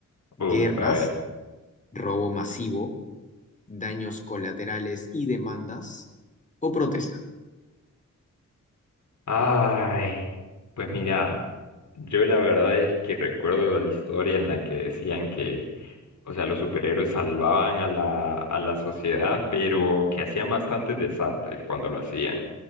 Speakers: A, on the left; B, on the left.
A: ¿Guerras,
B: Uf, a ver.
A: robo masivo, daños colaterales y demandas? ¿O protestas?
B: Ay, pues mira, yo la verdad es que recuerdo la historia en la que decían que, o sea, los superhéroes salvaban a la, a la sociedad, pero que hacían bastantes desastres cuando lo hacían.